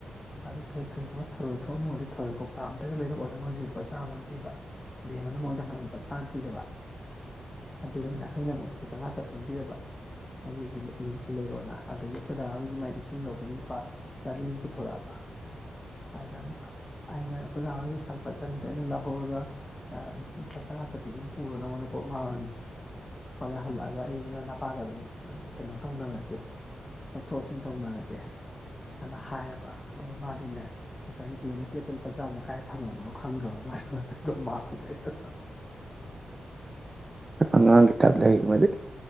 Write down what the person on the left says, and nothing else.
ꯑꯗꯣ ꯀꯩꯒꯨꯝꯕ ꯊꯔꯣꯏ ꯊꯣꯛ ꯑꯝꯃꯗꯤ ꯊꯔꯣꯌ ꯀꯧꯇꯥ ꯑꯃꯇ <unintelligible> <unintelligible> <unintelligible>